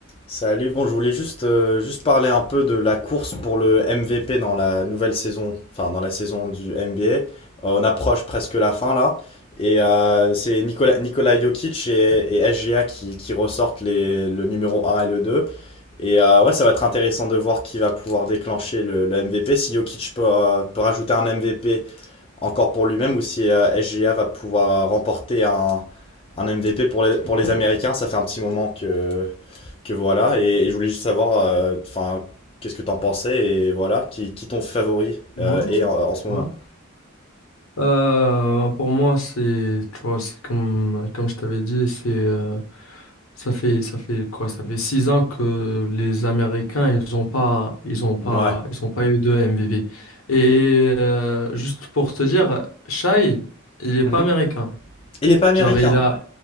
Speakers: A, on the left; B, on the left.
A: Salut, bon, je voulais juste, euh, juste parler un peu de la course pour le MVP dans la nouvelle saison, enfin dans la saison du NBA. Euh, on approche presque la fin là, et euh, c'est Nikola, Nikola Jokic et, et SGA qui, qui ressortent les, le numéro un et le 2. Et euh, ouais, ça va être intéressant de voir qui va pouvoir déclencher le, le MVP, si Jokic peut, euh, peut rajouter un MVP encore pour lui-même, ou si euh, SGA va pouvoir remporter un, un MVP pour les, pour les Américains. Ça fait un petit moment que que voilà, et, et je voulais juste savoir, euh, enfin, qu'est-ce que t'en pensais, et voilà, qui, qui ton favori
B: Ouais,
A: euh, est en, en ce moment.
B: ouais. Euh, pour moi, c'est, tu vois, c'est comme, comme je t'avais dit, c'est, euh, ça fait, ça fait quoi? Ça fait six ans que les Américains, ils ont pas, ils ont pas,
A: Ouais.
B: ils ont pas eu de M V MVP. Et euh, juste pour te dire, Shai, il est
A: Mhm.
B: pas américain.
A: Il est pas américain.
B: Genre, il a,